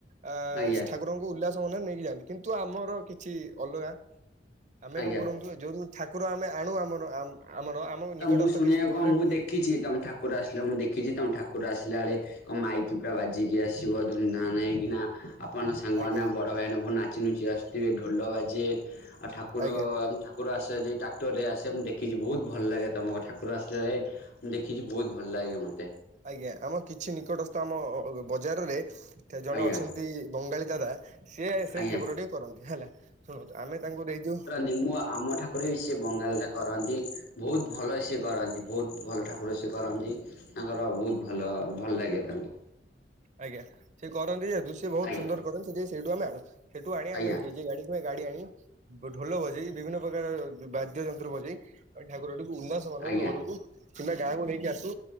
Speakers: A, on the right (about 45°); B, on the left (about 65°).
A: ଆ
B: ଆଜ୍ଞା
A: ଠାକୁ ଠାକୁର ରଙ୍କୁ ଉଲ୍ଲାସ ମନ ନେଇକି ଯାଆନ୍ତି। କିନ୍ତୁ ଆମର କିଛି ଅଲଗା ଆମେ
B: ଆଜ୍ଞା।
A: କଣ କରନ୍ତୁ ଯୋଉ ଠାକୁର ଆମେ ଆଣୁ ଆମ ଆମର ଆମ
B: ତ
A: ନିକଟସ୍ଥ
B: ମୁଁ ଶୁଣିବାକୁ
A: କିଛି ଦୂରରେ
B: କଣ ମୁଁ ଦେଖିଛି ତମ ଠାକୁର ଆସିଲା ମୁଁ ଦେଖିଛି ତମ ଠାକୁ ଆସିଲା ବେଳେ କଣ ମାଇକି ପୁରା ବାଜିକି ଆସିବ ଧୁମଧାମ ହେଇକିନା। ବାନଙ୍କ ସାଙ୍ଗମାନେ
A: ଆଜ୍ଞା
B: ବଡ଼ ଭାଇମାନେ ବହୁତ ନାଚି ନୁଚି ଆସିଥିବେ ଢୋଲ ବାଜେ ଆଉ
A: ଆଜ୍ଞା।
B: ଠାକୁର ଆସେ ଟ୍ରାକ୍ଟର ରେ ଆସେ ମୁଁ ଦେଖିଛି ବହୁତ ଭଲ ଲାଗେ ତୁମ ଠାକୁର ଆସିଲା ବେଳେ ମୁଁ ଦେଖିଛି ବହୁତ ଭଲ ଲାଗେ ମୋତେ।
A: ଆଜ୍ଞା ଆମ କିଛି ନିକଟସ୍ଥ ଆମ ବଜାରରେ ଜଣେ
B: ଆଜ୍ଞା
A: ଅଛନ୍ତି ବଙ୍ଗାଳୀ ଦାଦା ସିଏ ସେଇ
B: ଆଜ୍ଞା
A: ଠାକୁରଟି କରନ୍ତି ହେଲା। ଶୁଣନ୍ତୁ ଆମେ ତାଙ୍କୁ ଦେଇଦଉ
B: ଯେ ମୁଁ ଆମ ଠା କରଇ ସେ ବି ବଙ୍ଗାଳୀ ଦାଦା କରନ୍ତି। ବହୁତ ଭଲ ସିଏ କରନ୍ତି। ବହୁତ ଭଲ ଠାକୁର ସିଏ କରନ୍ତି। ତାଙ୍କର ବହୁତ ଭଲ ଭଲ ଲାଗେ ତାଙ୍କୁ।
A: ଆଜ୍ଞା ସିଏ କରନ୍ତି ଯେହେତୁ ସିଏ ବହୁତ
B: ଆଜ୍ଞା
A: ସୁନ୍ଦର କରନ୍ତି ସେଥିପାଇଁ ସେଇଠୁ ଆମେ ଆଣୁ। ସେଠୁ ଆଣିଆ
B: ଆଜ୍ଞା
A: ଆମେ ଡି ଜେ ଗାଡ଼ି। ଗାଡ଼ି ଆଣି ବ ଢୋଲ ବଜେଇ ବିଭିନ୍ନ ପ୍ରକାର ବାଦ୍ୟ ଯନ୍ତ୍ର ବଜେଇ ଅ ଠାକୁରଟିକୁ ଉନସ ମନରେ
B: ଆଜ୍ଞା
A: ଘରକୁ କିମ୍ବା ଗାଁକୁ ନେଇକି ଆସୁ